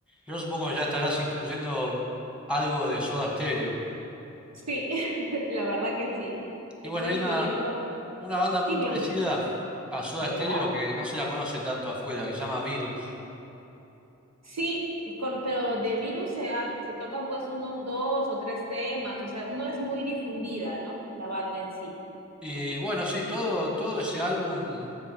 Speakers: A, in the centre; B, on the right.
A: Yo supongo que ya estarás incluyendo algo de Soda Stereo.
B: Sí, <laughs> la verdad que sí.
A: Y
B: Estoy
A: bueno, hay
B: incluyendo,
A: una, una banda muy
B: dime,
A: parecida
B: dime,
A: a Soda
B: ¿ya?
A: Stereo que no se la conoce tanto afuera, que se llama Virus.
B: Sí, con, pero de virus se, ha- se tocan pues unos dos o tres temas, o sea, no es muy difundida, ¿no? La banda en sí.
A: Y bueno, sí, todo, todo ese álbum.